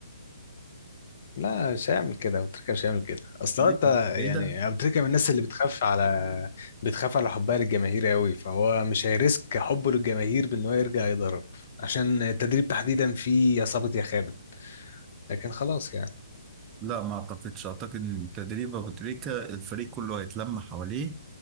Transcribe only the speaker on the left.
لا مش هيعمل كده ابو تريكه مش هيعمل كده اصل
هو انت يعني
ابو تريكه من الناس اللي بتخاف على بتخاف على حبها للجماهير قوي فهو مش هيريسك حبه للجماهير بان هو يرجع يضرب عشان التدريب تحديدا فيه يا صابت يا خابت لكن خلاص يعني